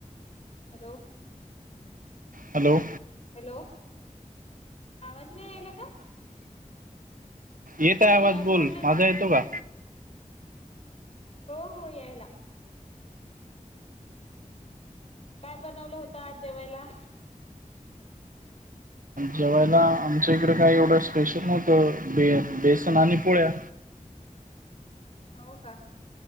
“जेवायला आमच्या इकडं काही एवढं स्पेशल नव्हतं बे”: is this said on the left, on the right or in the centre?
Right